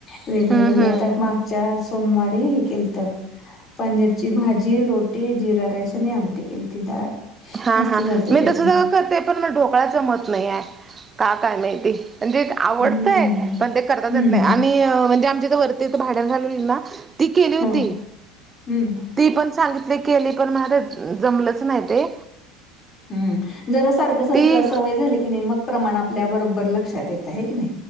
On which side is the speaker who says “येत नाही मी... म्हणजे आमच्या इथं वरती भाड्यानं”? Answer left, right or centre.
Right